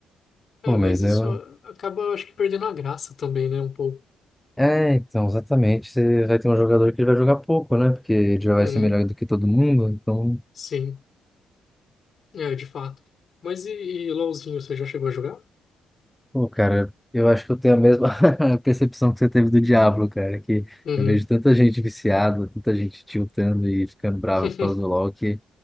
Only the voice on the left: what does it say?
É,
mas
isso
a- acaba, eu acho que, perdendo a graça também, né? Um pouco.
Uhum,
sim, é, de fato. Mas e, e LOLzinho, você já chegou a jogar?
Uhum,
<laughs>